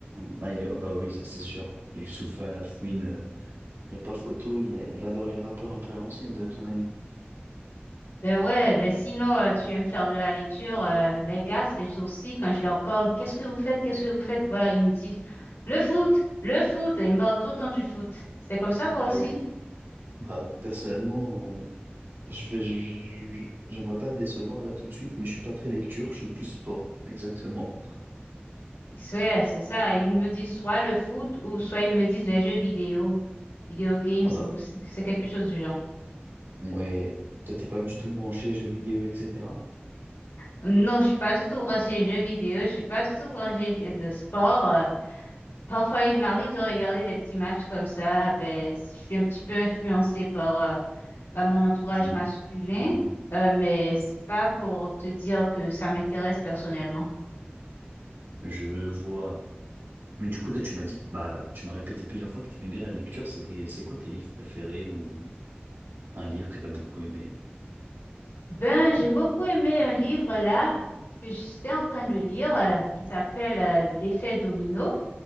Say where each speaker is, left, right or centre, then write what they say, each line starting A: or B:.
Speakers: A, on the right; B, on the left.
A: bah, il est- bah oui, ça c'est sûr. Youssoupha, la fouine, il n'y a pas photo, il, a- il adore les rappeurs un peu à l'ancienne, euh, ton ami.
B: Ben ouais, ben sinon euh, tu aimes faire de la lecture, euh, les gars, c'est aussi quand je leur parle, qu'est-ce que vous faites, qu'est-ce que vous faites? Voilà, ils me disent le foot, le foot, et ils me parlent tout le temps du foot. C'est comme ça toi
A: Bah
B: aussi?
A: oui. Bah personnellement, on- je vais, je- je- je- j'aimerais pas te décevoir là tout de suite, mais je suis pas très lecture, je suis plus sport, exactement.
B: Ouais, c'est ça. Ils me disent soit le foot ou soit ils me disent les jeux vidéo, vidéo games
A: Ah bah,
B: ou c'est c'est quelque chose du genre.
A: ouais. Toi, t'es pas du tout branché jeux vidéo, etc.
B: Non, je suis pas du tout branchée jeux vidéo, je suis pas du tout branchée euh, sport. Euh, Parfois, il m'arrive de regarder des petits matchs comme ça. Ben, je suis un petit peu influencée par euh, à mon entourage
A: Les amis?
B: masculin,
A: Mhm.
B: euh, mais c'est pas pour te dire que ça m'intéresse personnellement.
A: Je vois. Mais du coup, toi, tu m'as dit, bah, tu m'as répété plusieurs fois que tu aimais bien la lecture. C'est des- c'est quoi tes livres préférés ou un livre que tu as beaucoup aimé?
B: Ben, j'ai beaucoup aimé un livre là que j'étais en train de lire euh, qui s'appelle euh, L'effet domino.